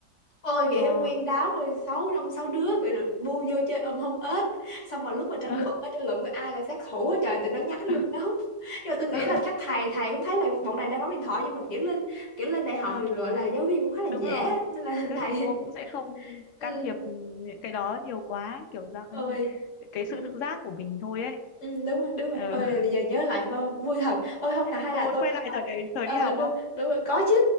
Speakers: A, on the left (about 40°); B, on the left (about 65°).
A: Ôi vậy
B: ờ,
A: ông nguyên đám rồi sáu năm sáu đứa gọi là bu vô chơi ôm hông ếch xong mà lúc mà tranh
B: ờ,
A: luận á tranh luận coi ai là sát thủ á trời tụi nó nhắn
B: ờ,
A: vô nhóm nhưng mà tôi nghĩ
B: ờ,
A: là chắc thầy thầy cũng thấy là bọn này đang bấm điện thoại nhưng mà kiểu lên kiểu lên đại học
B: ờ.
A: thì gọi là giáo viên cũng khá là
B: đúng
A: dễ
B: rồi
A: á. nên là <laughs>
B: các
A: thầy
B: thầy cô cũng sẽ không
A: ừ
B: can thiệp những cái đó nhiều quá kiểu dạng
A: ôi
B: ừ, cái
A: ừ,
B: sự tự giác của mình thôi ấy
A: ừ đúng rồi đúng rồi
B: ừ.
A: ôi là bây giờ nhớ lại mà vui thật ôi hôm
B: <laughs>
A: nào hay
B: có
A: là
B: muốn
A: tôi
B: quay
A: với
B: lại
A: bà
B: thời đại thời
A: ờ
B: đi học
A: đúng,
B: không
A: đúng rồi có chứ